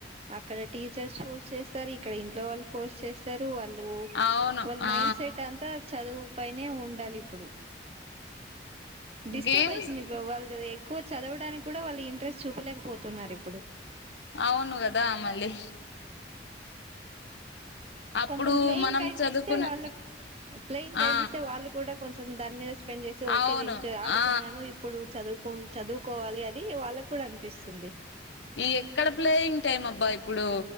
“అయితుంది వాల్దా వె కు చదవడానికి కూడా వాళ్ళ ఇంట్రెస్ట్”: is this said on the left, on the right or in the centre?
Right